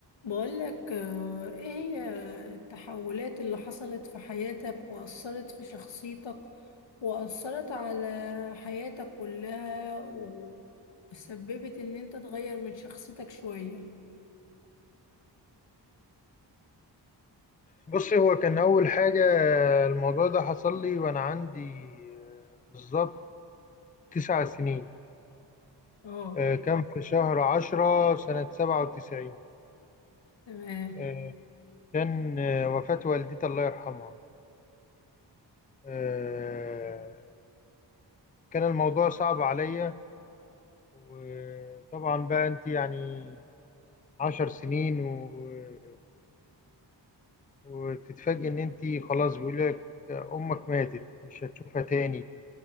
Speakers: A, on the left (about 85°); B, on the left (about 20°).
A: بقولك آه، ايه هي التحولات اللي حصلت في حياتك وأثرت في شخصيتك وأثرت على حياتك كلها و- وسببت ان انت تغير من شخصيتك شوية
B: بصي هو كان أول حاجة الموضوع ده حصل لي وأنا عندي آه، بالظبط تسع سنين
A: اه
B: آه، كان في شهر عشرة سنة سبعة وتسعين
A: تمام
B: آه، كان آه، وفاة والدتي الله يرحمها آه، كان الموضوع صعب عليا وطبعا بقى أنت يعني عشر سنين و- وتتفاجئي إن أنت خلاص بيقول لك أمك ماتت مش هتشوفها تاني